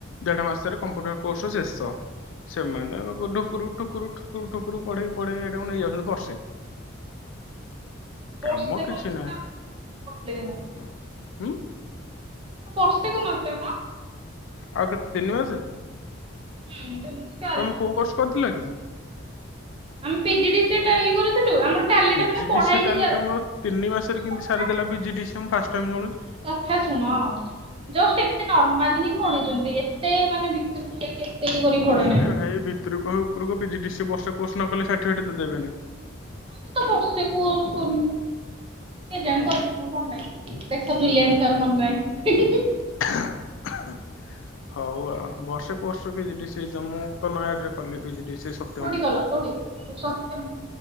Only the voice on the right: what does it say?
ବର୍ଷେ
<unintelligible>
ଆମର ବର୍ଷେ କରିନଥିଲେ ମ।
ହୁଁ ତିନି ଚାରି
ମାସ
ଆମେ PG D C A Tally କରିଥିଲୁ ଆମର ଟାଲିଟା
ମାନେ ପଢା
ହେଇଛି
ଶୁଣୁନା
ସାର୍ ଶୁଣ ଜଷ୍ଟ ଏମିତି ନର୍ମାଲ ହିଁ ପଢେଇଚନ୍ତି ଏତେ ମାନେ ଭିତୁରୁ କୁ ଯାଇକି ଇଏ କରିକି ପଢେଇ
ନାହାନ୍ତି।
ଆମେ ତ ବର୍ଷେ କୋର୍ସ କନୁ କେଜାଣି କରିଥିବୁ ମନେ ନାଇଁ <unintelligible>
ମନ <unintelligible> ହିଁ ହିଁ ହିଁ।
କୋଉଠି କଲ କୋଉଠି ସତ୍ୟମ୍